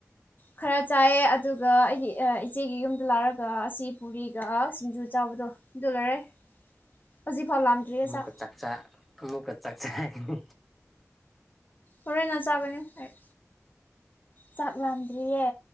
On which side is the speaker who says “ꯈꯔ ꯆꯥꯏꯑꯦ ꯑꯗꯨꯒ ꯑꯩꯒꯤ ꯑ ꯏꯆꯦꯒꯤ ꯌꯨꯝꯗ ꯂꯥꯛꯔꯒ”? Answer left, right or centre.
Left